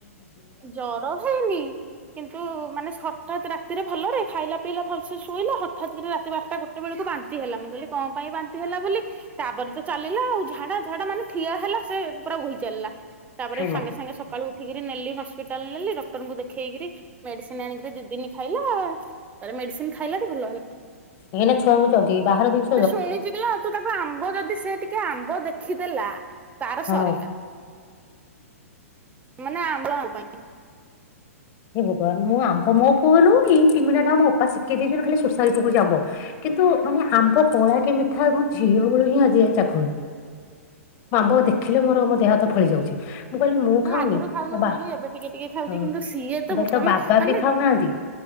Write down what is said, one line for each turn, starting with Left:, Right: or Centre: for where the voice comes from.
Right: ଜ୍ୱର ହେଇନି। କିନ୍ତୁ ମାନେ ସଠାତ୍ ରାତିରେ ଭଲରେ ଖାଇଲା ପିଇଲା ଭଲସେ ଶୋଇଲା ହଠାତ୍ କି ରାତି ବାରଟା ଗୋଟେ ଟେବେଳକୁ ବାନ୍ତି ହେଲା। ମୁଁ କହିଲି କଣ ପାଇଁ ବାନ୍ତି ହେଲା ବୋଲି ତାପରେ ତ ଚାଲିଲା ଆଉ ଝାଡା ଝାଡା ମାନେ ଠିଆ ହେଲା ସେ ପୁରା ବୋହି ଚାଲିଲା। ତାପରେ
Left: ଜମା
Right: ସାଙ୍ଗେ ସାଙ୍ଗେ ସକାଳୁ ଉଠିକି ନେଲି ହସ୍ପିଟାଲ ନେଲି ଡକ୍ଟରଙ୍କୁ ଦେଖେଇକରି ମେଡିସିନ ଆଣିକି ଦି ଦିନ ଖାଇଲା ତାପରେ ମେଡିସିନ ଖାଇଲା ଟି ଭଲ ହେଲା।
Left: ଏଇ ନା ଛୁଆଙ୍କୁ ଜଗି ବାହାର ଜିନି
Right: ସେ ଶୁଣିଛି କିଲୋ ନା ତୁ ତାକୁ ଆମ୍ବ ଯଦି ସେ ଟିକେ ଆମ୍ବ ଦେଖିଦେଲା ତାର
Left: ହଁ
Right: ସରିଲା। ମାନେ ଆମ୍ଳ ପାଇଁ।
Left: ଏ ଭଗବାନ ଆମ୍ବ ମୋ ପଅ ନୁହେଁକି ଏଇ <unintelligible> ଶିଖେଇ ଦେଇଛନ୍ତି ଖାଲି ଶୋଷାରୀ ପକଉଛି ଆମ୍ବ। କିନ୍ତୁ ମାନେ ଆମ୍ବ କଳା କି ମିଠା ମୋ ଝିଅ ବେଳୁ ହିଁ ଆଜି ଯାଏ ଚାଖୁନି। ଆମ୍ବ ଦେଖିଲେ ମୋର ମୋ ଦେହ ହାତ ଫଳି ଯାଉଚି। ମୁଁ କହିଲି ମୁଁ ଖାଉନି।
Right: ଆଗରୁ ଖାଉନଥିଲି
Left: ତା ବା
Right: ଏବେ ଟିକେ ଟିକେ ଖାଉଛି
Left: ହଁ
Right: କିନ୍ତୁ ସିଏ ତ
Left: ମୁଁ କଇଲି
Right: ବୋପା
Left: ତା ବାବା
Right: ମା ମାନେ
Left: ବି ଖାଉନାହାନ୍ତି।